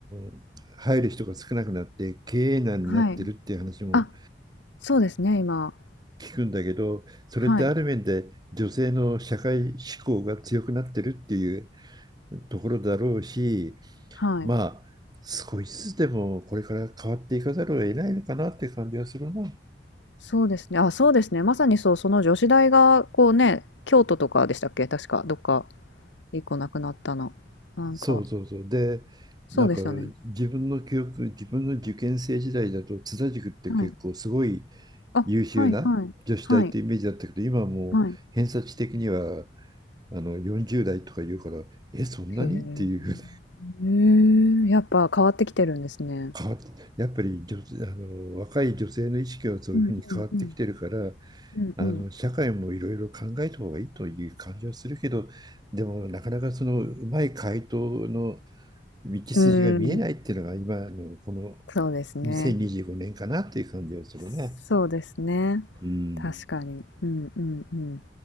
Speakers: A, on the right; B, on the left.
A: ー入る人が少なくなって経営難になってるっていう話も
B: はい。あ、そうですね、今。
A: 聞くんだけどそれってある面で女性の社会志向が強くなってるっていう
B: はい。
A: ところだろうし
B: はい。
A: まあ少しずつでもこれから変わっていかざるを得ないのかなって感じはするな。
B: そうですね。あ、そうですね。まさにそう、その女子大が、こうね、京都とかでしたっけ確か、どっか、一個なくなったの。なんか、
A: そうそうそう。で、
B: そうでしたね。
A: なんか自分の記憶、自分の受験生時代だと津田塾って結構すごい
B: はい。あ、
A: 優秀な女子大ってイメージだったけど、
B: はい、はい、はい、
A: 今はもう偏差値的には
B: はい。
A: あの40代とか言うから、え、そんなにっていうふうに
B: へえ、へえやっぱ変わってきてるんですね。
A: 変わって、やっぱり女、あの若い女性の意識はそういうふうに変わってきてるから、
B: うんうんうん。うんうん。
A: あの社会もいろいろ考えた方がいいという感じはするけど、でもなかなかそのうまい回答の道筋が見えないっていうのが今のこの
B: うん、そうですね。
A: 2025年かなっていう感じがするね。
B: そうですね。
A: うん。
B: 確かに。うんうんうん。